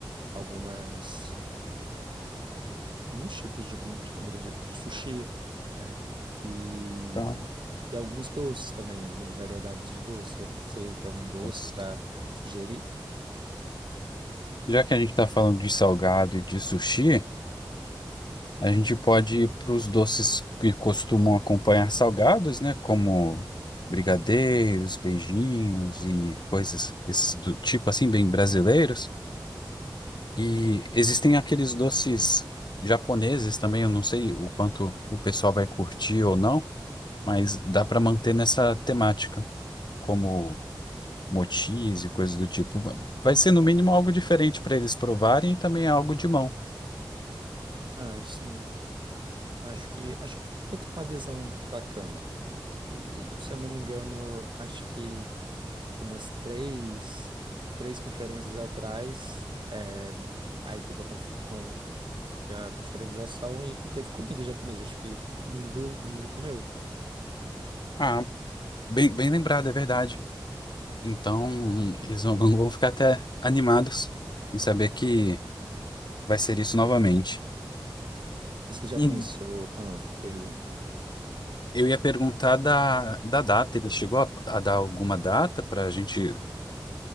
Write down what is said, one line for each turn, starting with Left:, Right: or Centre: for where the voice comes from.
Right: algumas alguns tipos de, com- de comida de, de sushi, né? E,
Left: Ah,
Right: e alguns doces também, algumas variedades de doce. Já- Você tem algum doce
Left: nossa.
Right: para sugerir?
Left: Já que a gente está falando de salgado e de sushi, a gente pode ir para os doces que costumam acompanhar salgados, né? Como brigadeiros, beijinhos e coisas esses do tipo assim, bem brasileiros. E existem aqueles doces japoneses também, eu não sei o quanto o pessoal vai curtir ou não, mas dá para manter nessa temática, como mochis e coisas do tipo. Vai ser no mínimo algo diferente para eles provarem e também algo de mão.
Right: Ah, sim. Acho que acho que vai ter uma adesão bacana. E, e, se eu não me engano, acho que umas três, três conferências atrás, é, aí teve a, conf, com, teve a confraternização e, e teve comida japonesa. Acho que todo mundo, todo mundo comeu.
Left: Ah, bem, bem lembrado, é verdade. Então, eles vão, <laughs> vão ficar até animados em saber que vai ser isso novamente.
Right: E você já
Left: Hum,
Right: pensou? Ah, pergunta.
Left: Eu ia perguntar da, da data. Ele chegou a, a dar alguma data para a gente